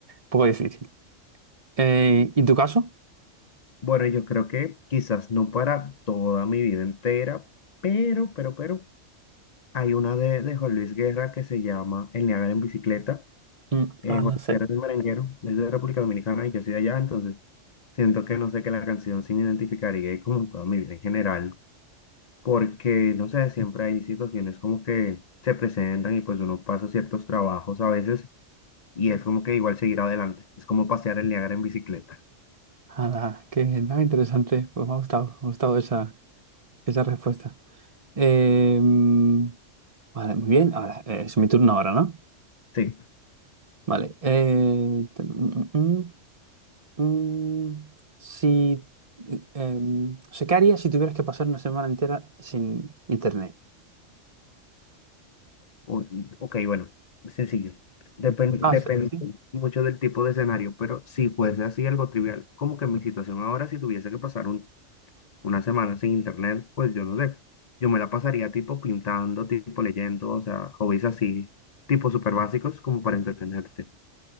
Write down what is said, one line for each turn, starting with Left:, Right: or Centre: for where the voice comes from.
Right: poco difícil. Eh, ¿y en tu caso?
Left: Bueno, yo creo que quizás no para toda mi vida entera, pero, pero, pero, hay una de, de Juan Luis Guerra que se llama El Niágara en bicicleta.
Right: Mm,
Left: Eh,
Right: ah,
Left: Juan
Right: no
Left: Luis
Right: sé.
Left: Guerra es un merenguero, es de República Dominicana y yo soy de allá, entonces siento que no sé que la canción sí me identificaría y como toda mi vida en general. porque, no sé, siempre hay situaciones como que se presentan y pues uno pasa ciertos trabajos a veces y es como que igual seguir adelante, es como pasear el Niágara en bicicleta.
Right: Nada, qué nada interesante. Pues me ha gustado, me ha gustado esa, esa respuesta. Em, vale, muy bien. Ahora, eh, es mi turno ahora, ¿no?
Left: Sí,
Right: Vale. eh, te- mm, mm, mm, mm. si, em, o sea, ¿qué harías si tuvieras que pasar una semana entera sin internet?
Left: o- ok, bueno, sencillo. Depende, depende
Right: Ah, sí. sí.
Left: mucho del tipo de escenario, pero si fuese así algo trivial, como que mi situación ahora, si tuviese que pasar un- una semana sin internet, pues yo no sé, yo me la pasaría tipo pintando, tipo leyendo, o sea, hobbies así, tipo súper básicos como para entretenerte.